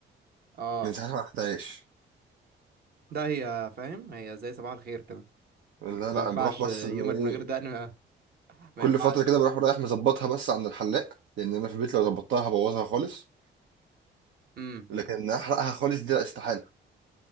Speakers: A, on the right; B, on the right.
A: اه
B: من ساعتها ما رحتهاش
A: ده هي فاهم هي زي صباح الخير كده
B: لا
A: ما
B: لا
A: ينفعش
B: انا بروح بس
A: يومر
B: إن ايه
A: من غير دقن <laughs> ما
B: كل
A: ينفعش
B: فتره كده بروح رايح مظبطها بس عند الحلاق لان انا في البيت لو ظبطتها هبوظها خالص
A: امم
B: لكن احرقها خالص دي لا استحاله